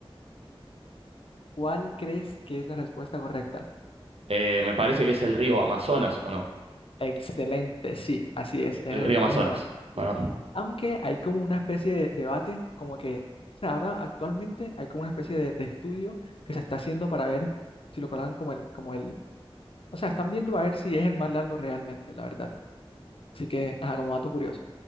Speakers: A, on the left (about 65°); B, on the right (about 80°).
A: ¿Cuál crees que es la respuesta correcta?
B: Eh, me parece que es el río Amazonas, ¿o no?
A: Excelente, sí, así es, es,
B: El río Amazonas,
A: es el Amazonas. sí.
B: ¿o no?
A: Aunque hay como una especie de debate, como que o sea, ahora actualmente hay como una especie de, de estudio que se está haciendo para ver si lo colocan como el, como el, o sea, están viendo a ver si es el más largo realmente, la verdad. Así que, ajá, como dato curioso.